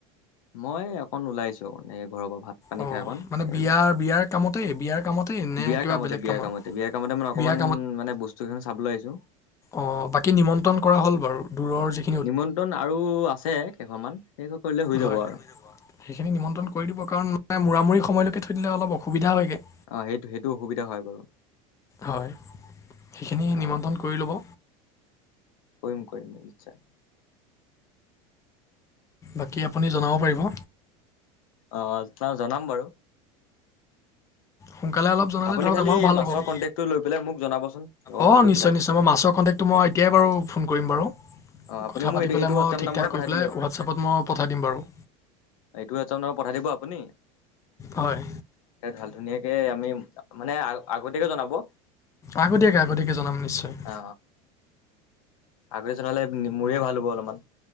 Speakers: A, on the left; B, on the left.
A: মই অকন ওলাইছো মানে, ঘৰৰ পৰা ভাত পানী
B: অ'
A: খাই অকণ
B: মানে
A: এ
B: বিয়া
A: ওলাই আহিছো।
B: বিয়াৰ কামতেই বিয়াৰ কামতেই নে
A: বিয়াৰ
B: কিবা
A: কামতে
B: বেলেগ
A: বিয়াৰ
B: কামত?
A: কামতে বিয়াৰ কামতে মানে। অকণমান
B: বিয়াৰ
A: মানে বস্তু কেই খিনি চাবলৈ আহিছো।
B: অ' বাকী নিমন্ত্ৰণ কৰা হ'ল বাৰু। দূৰৰ যি
A: নিমন্ত্ৰণ আৰু আছে কেইঘৰমান। সেই ঘৰ কৰিলে হৈ যাব
B: হয়
A: আৰু।
B: সেইখিনি নিমন্ত্ৰণ কৰি দিব কাৰণ, মানে মূৰামূৰি সময়লৈকে থৈ দিলে অলপ অসুবিধা হয়গৈ।
A: অ সেইটো সেইটো অসুবিধা হয় বাৰু
B: হয় সেইখিনি
A: অ
B: নিমন্ত্ৰণ কৰি ল'ব
A: কৰিম কৰিম নিশ্চয়
B: বাকী আপুনি জনাব পাৰিব
A: অ ত জনাম বাৰু
B: সোনকালে অলপ জনালে
A: আপুনি
B: ধৰক
A: খালি
B: আমাৰো ভাল
A: মাছৰ
B: হব বাৰু,
A: কণ্টেক্টটো লৈ পেলাই মোক জনাবচোন লগৰটোক
B: অ
A: কৈ
B: নিশ্চয়
A: পেলাই
B: নিশ্চয় মই মাছৰ কণ্টেক মই এতিয়াই ফোন কৰিম বাৰু
A: অ আপুনি
B: কথা
A: মোক
B: পাতি
A: এইটো
B: পেলাই
A: এইটো হোৱাটছআপ
B: মই থিক
A: নাম্বাৰতে
B: থাক
A: পঠাই
B: কৰি পেলাই
A: দিলেই হ'ল
B: তাপত মই পঠাই দিম বাৰু
A: এইটো এজনক পঠাই দিব আপুনি
B: হয়
A: ভাল ধুনীয়াকে আমি মানে আগতীয়াকে জনাব অ
B: আগতীয়াকৈ আগতীয়াকৈ জনাম নিশ্চয়
A: অ আগতে জনালে মোৰেই ভাল হ'ব অলপমান